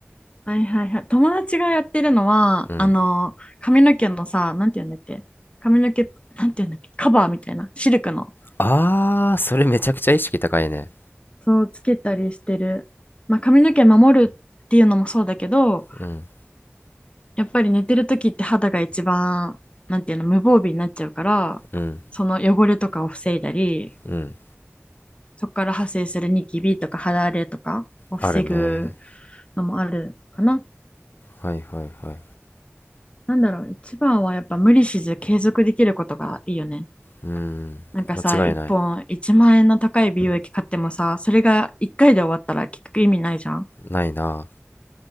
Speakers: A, on the left; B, on the left.
A: はいはいはい。友達がやってるのは、
B: うん
A: あの、髪の毛のさ、なんて言うんだっけ髪の毛、なんて言うんだっけカバーみたいな、シルクの。
B: ああーそれめちゃくちゃ意識高いね
A: そう、つけたりしてる。まあ、髪の毛守るっていうのもそうだけど、
B: うん
A: やっぱり寝てる時って肌が一番、なんていうの、無防備になっちゃうから、
B: うん
A: その汚れとかを防いだり、
B: うん
A: そこから派生するニキビとか肌荒れとかを防ぐ
B: あるね
A: のもあるかな。
B: はいはいはい
A: なんだろう、一番はやっぱ無理せず継続できることがいいよね。
B: うん間違いない
A: なんかさ、1本1万円の高い美容液買ってもさ、それが1回で終わったら結局意味ないじゃん。
B: ないな